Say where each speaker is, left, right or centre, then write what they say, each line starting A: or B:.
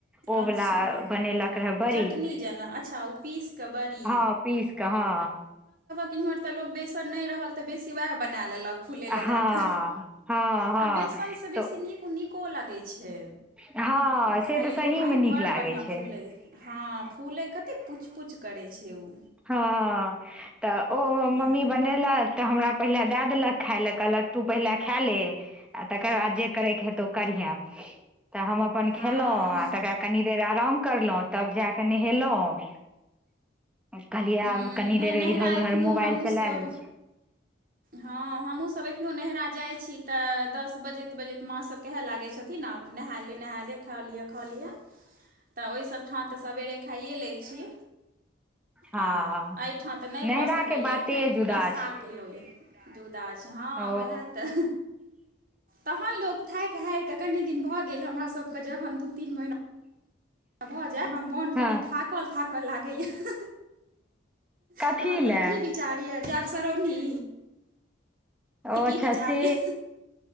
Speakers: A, in the centre; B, on the right (about 45°).
A: ओ
B: अच्छा
A: वला बनेलक रहऽ बड़ी
B: चटनी जेना अच्छा ओ पीस कऽ बड़ी
A: हँ। पीस कऽ हँ।
B: इम्हर तऽ लोक बेसन नहि रहल तऽ बेसी वएह बना लेलक। फूलै
A: हँ
B: लए दए कऽ।
A: हँ हँ
B: आ बेसनसँ
A: तऽ
B: बेसी नीक- नीको ओ लगै छै।
A: हँ
B: खाइयोमे
A: से तऽ सहीमे नीक
B: बडड़
A: लागै
B: बढ़िआँ
A: छै
B: फूलै हँ, फूलै कतेक पूच- पूच करै छै उ
A: हँ तऽ ओ हमर
B: हँ
A: मम्मी बनेलक तऽ हमरा पहिले दए देलक। खाय लए, कहलक तू पहिले खा ले आ तकर बाद जे करयके हेतौ ओ करिहे। तऽ हम अपन
B: हँ
A: खेलहुँ, आ तकरा कनि देर आराम करलहुँ, तब जा कऽ नहेलहुँ। कहलियै
B: ह्म
A: आब कनी
B: नहि
A: देर
B: नैहरा
A: इधर उधर
B: एखनहु
A: मोबाइल
B: हमहूँसभ
A: चला लै छी
B: हँ हमूँ सब अखनो नहरा जाइ छी तऽ, दस बजैत- बजैत माँसभ कहय लागै छथिन, आब नहा ले नहाय ले खा लिअ कऽ लियऽ तऽ ओहि सब ठाम तऽ सबेरे खाइए लै छी।
A: हँ
B: आ एहिठाँ तऽ नहि
A: नैहराके
B: भऽ सकैए,
A: बाते
B: एखन
A: जुदा
B: नाश्ता
A: छै
B: केलहुँ यए। जुदा छै, हँ
A: ओ
B: उएह तऽ तहन लोको थाक हैर के कनि दिन भऽ गेल हमरा सबके, जखन दूं, तिन महीना भऽ जाय हमरा मोन
A: हँ
B: कनि थाकल- थाकल लागैया।
A: कथी
B: कह तब
A: लए
B: की विचार यऽ जायब सरौनी।
A: ओ
B: की
A: अच्छा
B: विचार
A: से।
B: यए